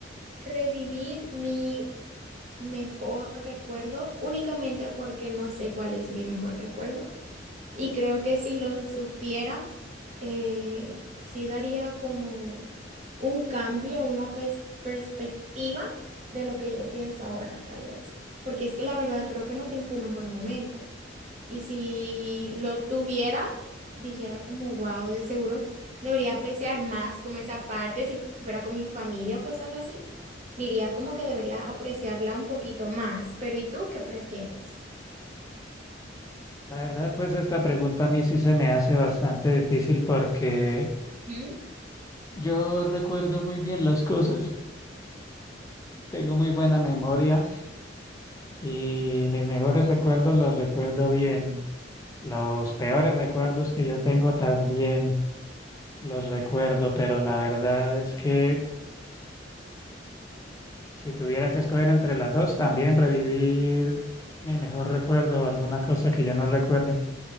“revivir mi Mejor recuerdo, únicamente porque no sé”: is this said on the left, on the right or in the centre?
Right